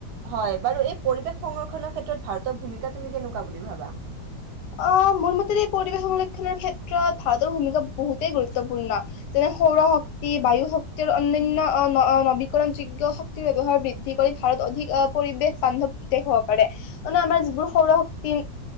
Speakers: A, on the right; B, on the left.
A: হয়, বাৰু এই পৰিৱেশ সংৰক্ষনৰ ক্ষেত্ৰত ভাৰতৰ ভূমিকা তুমি কেনেকুৱা বুলি ভাবা?
B: অ' মোৰ মতে পৰিৱেশ সংৰক্ষনৰ ক্ষেত্ৰত ভাৰতৰ ভূমিকা বহুতেই গুৰুত্বপূৰ্ণ। যেনে সৌৰ শক্তি, বায়ু শক্তি অনান্য অ নবীকৰণ যোগ্য শ ব্যৱহাৰ বৃদ্ধি কৰি ভাৰত অধিক পৰিৱেশ বান্ধৱ দেশ হব পাৰে। অ আমাৰ যিবোৰ সৌৰ শক্তি।